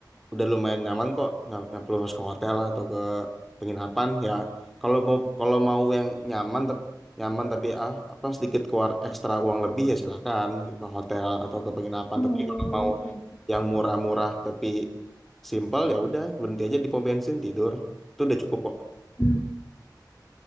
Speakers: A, in the centre; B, on the left (about 35°).
A: udah lumayan nyaman kok nggak nggak perlu harus ke hotel atau ke penginapan ya. Kalau mau kalau mau yang nyaman tep- nyaman tapi ah apa sedikit keluar ekstra uang lebih ya silakan ke hotel atau ke penginapan.
B: Oh,
A: Tapi kalau mau
B: baik.
A: yang murah-murah tapi Simpel ya udah berhenti aja di pom bensin tidur. Itu udah cukup kok.
B: Hmm.